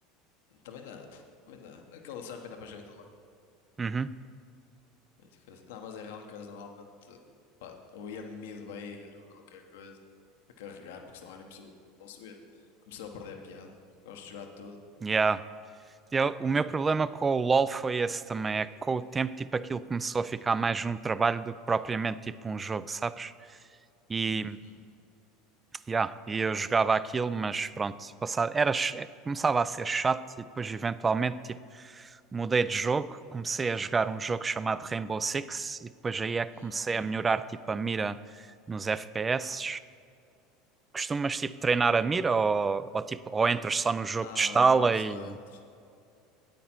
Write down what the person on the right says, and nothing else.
Uhum,
yeah. Eu- o meu problema com o LoL foi esse também, é que com o tempo, tipo, aquilo começou a ficar mais um trabalho do que propriamente, tipo, um jogo, sabes? E,
yeah, e eu jogava aquilo, mas pronto, passava, era, ch- eh, começava a ser chato e depois, eventualmente, tipo, mudei de jogo, comecei a jogar um jogo chamado Rainbow Six e depois aí é que
comecei a melhorar, tipo, a mira nos FPS. Costumas, tipo, treinar a mira ou, ou, tipo, ou entras só no jogo
de estala
e